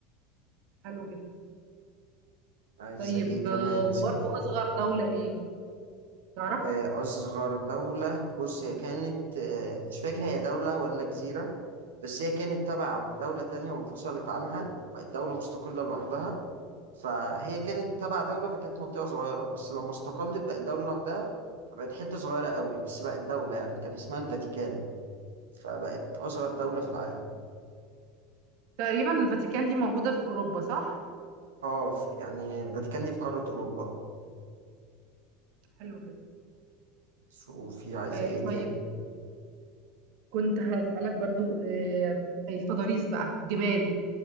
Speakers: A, on the right (about 55°); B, on the right (about 70°).
A: حلو جدا
B: عايزة
A: طيب
B: ايه كمان
A: آه، وبرضو
B: اسأليني
A: أصغر دولة إيه تعرف
B: آه، أصغر دولة بص هي كانت آه، مش فاكر هي دولة ولا جزيرة بس هي كانت تبع دولة تانية وانفصلت عنها وبقت دولة مستقلة لوحدها فهي كانت تبع دولة فكانت منطقة صغيرة بس لما استقلت بقت دولة لوحدها بقت حتة صغيرة قوي بس بقت دولة يعني كان اسمها الفاتيكان فبقت أصغر دولة
A: آه.
B: في العالم
A: تقريبا الفاتيكان دي موجودة في أوروبا صح؟
B: اه في- يعني الفاتيكان دي في قارة أوروبا
A: حلو جدا
B: وفي عايزة
A: آه،
B: ايه
A: طيب
B: تاني
A: كنت هسألك برضو آه، التضاريس بقى الجبال